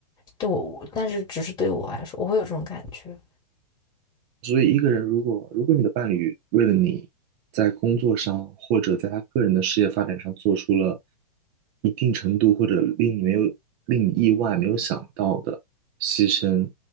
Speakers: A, on the left (about 20°); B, on the right (about 40°).
A: 对我，但是只是对我来说，我会有这种感觉。
B: 所以，一个人如果如果你的伴侣为了你在工作上或者在他个人的事业发展上做出了一定程度或者令你没有令你意外没有想到的牺牲，